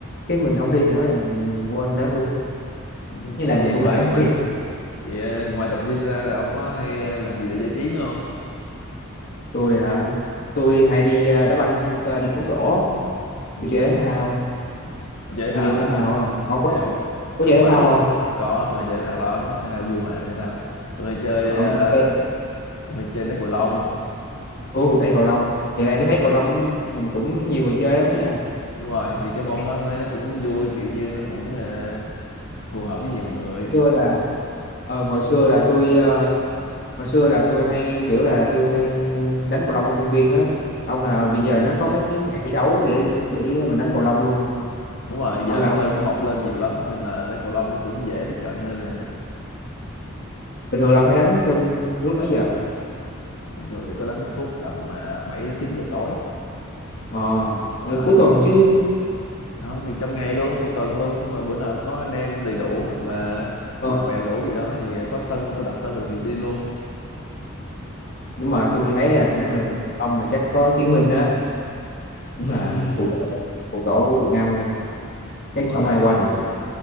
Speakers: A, on the left; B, on the left.
A: cái mình không đi nữa là mình, mình quên đó luôn
B: ừ.
A: với
B: Ủa
A: lại mình
B: gì ngoài
A: cũng lỡ đóng
B: ngoài
A: tiền
B: vậy, ờ, ngoài tập gym ra rồi ông có hay ờ, làm gì để giải trí nữa không?
A: tôi hả tôi hay đi ờ, đá banh đi, ờ, đi bóng rổ
B: Ừ,
A: tôi chơi thể thao
B: ông chơi thể
A: tôi
B: thao
A: chơi thể
B: hả?
A: thao không ông có,
B: Kiểu,
A: có chơi
B: đúng rồi
A: thể thao
B: tôi
A: không
B: có tôi hay chơi thể thao lắm thể thao vui mà thể thao tôi hay chơi
A: Ờ, ông
B: ờ,
A: ông chơi
B: tôi hay chơi đá cầu lông
A: ô đây cầu lông giờ
B: Ờ,
A: này tôi thấy cầu lông á, mình cũng nhiều người chơi lắm ấy nha
B: đúng rồi thì cái môn
A: tôi thấy
B: đó tôi thấy nó cũng vui kiểu như nó cũng ờ, phù hợp với nhiều người
A: xưa là ờ, hồi xưa là tôi ờ, hồi xưa là tôi hay kiểu là tôi hay đánh cầu lông ở công viên á ông là bây
B: ừ.
A: giờ nó có mấy cái nhà thi đấu để để mình đánh cầu lông luôn
B: đúng rồi giờ
A: ông là
B: sân
A: không
B: nó mọc lên nhiều lắm nên là đá cầu lông nó cũng dễ tiếp cận hơn nè
A: bình thường là
B: Xong
A: ông hay
B: rồi,
A: đánh sân lúc mấy giờ
B: bình thường thì tôi đánh khúc tầm uh, 7 đến 9 giờ tối
A: ờ thì
B: đó
A: cuối
B: thì
A: tuần
B: cái-
A: chứ
B: không thì trong ngày luôn trong tuần luôn nếu mà bữa nào có anh em đầy đủ hoặc là
A: ờ,
B: bạn bè đủ gì đó thì có sân tôi đặt sân được thì đi luôn
A: nhưng mà tôi thấy là nếu mà cầu lông mà chắc có Tiến Minh á cũng
B: <laughs>
A: là cụ tổ cụ tổ của Việt Nam luôn
B: đúng
A: chắc
B: rồi
A: không ai qua được